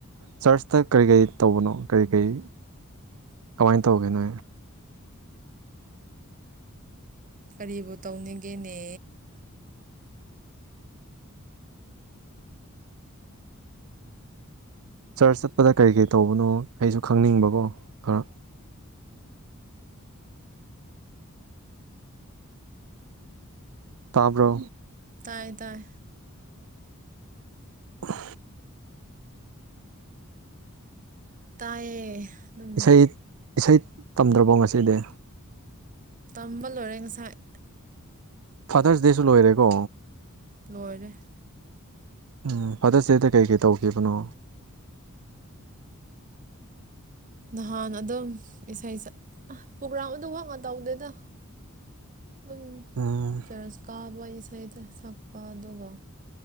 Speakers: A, on the right; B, on the right.
A: ꯆꯔꯆꯇ ꯀꯔꯤ ꯀꯔꯤ ꯇꯧꯕꯅꯣ ꯀꯔꯤ ꯀꯔꯤ ꯀꯃꯥꯏꯅ ꯇꯧꯒꯦ ꯅꯣ
B: ꯀꯔꯤꯕꯨ ꯇꯧꯅꯤꯡꯒꯦꯅꯦ
A: ꯆꯔꯆ ꯆꯠꯄꯗ ꯀꯔꯤ ꯀꯔꯤ ꯇꯧꯕꯅꯣ ꯑꯩꯁꯨ ꯈꯪꯅꯤꯡꯕꯀꯣ ꯈꯔ ꯇꯥꯕ꯭ꯔꯣ
B: ꯇꯥꯏ ꯇꯥꯏ
A: ꯎꯝ
B: ꯇꯥꯏꯌꯦ ꯑꯗꯨꯝ
A: ꯏꯁꯩ ꯏꯁꯩ ꯇꯝꯗ꯭ꯔꯕꯣ ꯉꯁꯤꯗꯤ
B: ꯇꯝꯕ ꯂꯣꯏꯔꯦ ꯉꯁꯥꯏ
A: ꯐꯥꯗꯔꯁ ꯗꯦꯁꯨ ꯂꯣꯏꯔꯦꯀꯣ
B: ꯂꯣꯏꯔꯦ
A: ꯎꯝ ꯐꯥꯗꯔ ꯁꯇꯗꯦꯗ ꯀꯩꯀꯩ ꯇꯧꯈꯤꯕꯅꯣ
B: ꯅꯍꯥꯟ ꯑꯗꯨꯝ ꯏꯁꯩ ꯁ ꯄ꯭ꯔꯣꯒ꯭ꯔꯥꯝ ꯑꯗꯨ ꯋꯥ ꯇꯧꯗꯦꯗ
A: <inaudible>
B: ꯑꯗꯨꯝ
A: ꯎꯝ
B: ꯆꯔꯁ ꯀꯥꯕ ꯏꯁꯩꯗ ꯁꯛꯄ ꯑꯗꯨꯒ